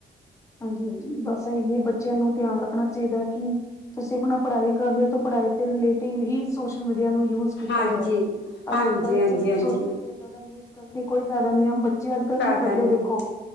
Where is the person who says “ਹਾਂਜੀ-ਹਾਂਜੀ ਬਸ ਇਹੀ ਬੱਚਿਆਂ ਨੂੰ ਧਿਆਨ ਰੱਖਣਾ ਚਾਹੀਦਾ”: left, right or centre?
Left